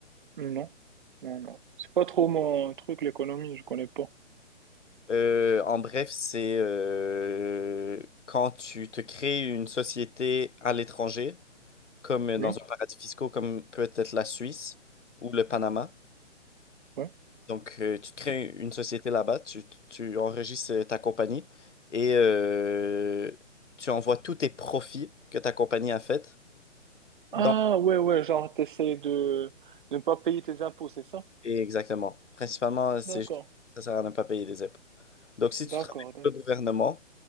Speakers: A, on the right; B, on the left.
A: Non, non, non. C'est pas trop mon truc, l'économie, je connais pas.
B: Euh, en bref, c'est euh, quand tu te crées une société à l'étranger, comme dans
A: Oui,
B: un paradis fiscaux, comme peut être la Suisse ou le Panama.
A: ouais.
B: Donc, euh, tu te crées une société là-bas, tu, tu enregistres euh, ta compagnie et euh, tu envoies tous tes profits que ta compagnie a fait dans
A: Ah, ouais, ouais, genre, t'essayes de, de ne pas payer tes impôts, c'est ça?
B: Et exactement. Principalement, c'est
A: D'accord,
B: juste- ça sert à ne pas payer des impôts. Donc, si tu
A: d'accord,
B: travailles
A: d'ac-
B: pour le gouvernement,